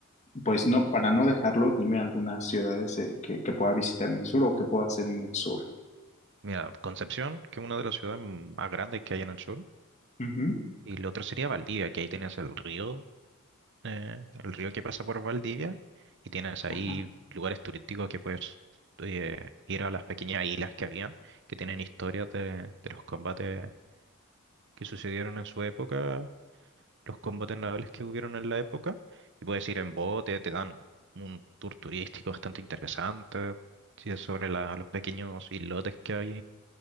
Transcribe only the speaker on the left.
Pues no, para no dejarlo, dime algunas ciudades eh, que, que pueda visitar en el sur o que pueda hacer en el sur.
Ujú.
Ajá,